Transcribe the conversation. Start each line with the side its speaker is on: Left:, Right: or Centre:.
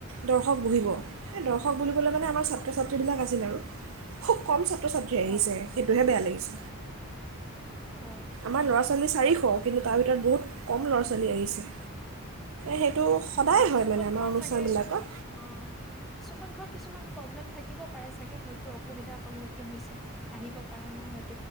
Right: দৰ্শক বহিবেই দৰ্শক মান আ ছ্ৰ ছ্ৰীবিলাক আছিল আৰু খব ক পছাত ধৰি আহিছে
Centre: হয়
Right: সেইটোহে বেয়া লাগিছে
Centre: অ
Right: আমাৰ ল'ৰা ছোৱালী চাৰিশ কিন্তু তাৰ ভিতৰত বহুত কম ল'ৰা ছোৱালী আহিছে সেইটো সদায়
Centre: অ কিছু
Right: হয় মানে
Centre: সংখ্য্ক
Right: আমাৰ অনুষ্ঠানবিলাকত
Centre: চাগে অ কিছু সংখ্য্ক কিছুমান প্ৰব্লেম থাকিব পাৰে চাগে হয়তো অসুবিধাৰ সন্মুখীন হৈছে আহিব পা নাই হয়